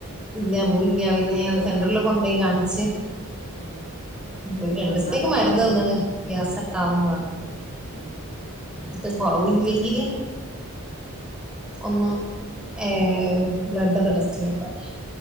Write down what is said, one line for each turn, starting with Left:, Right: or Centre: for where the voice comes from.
Centre: ഇല്ല പോയീല്ല പിന്നെ ഞാ സെന്ററിൽ
Left: ഇങ്ങനെ
Centre: കൊണ്ടോയി കാണിച്ച്
Left: ഉം
Centre: ഒരു രണ്ടു
Left: വെറുതെ
Centre: ദിവസത്തേക്ക്
Left: നിന്നാലും
Centre: മരുന്ന് തന്ന്ണ് ഗ്യാസ് ഇട്ടാവുംന്ന് പറഞ്ഞു
Left: ഉം
Centre: ഇട്ട് കൊറവില്ലെങ്കില് ഒന്ന് ഏ ബ്ലഡ് ഒക്കെ ടെസ്റ്റ് ചെയ്യാൻ പറഞ്ഞു